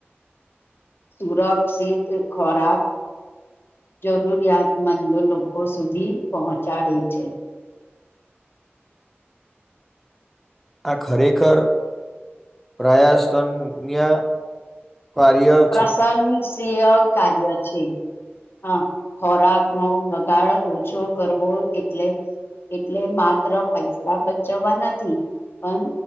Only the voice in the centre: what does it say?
આ ખરેખર પ્રયાસ્તન્યા કાર્ય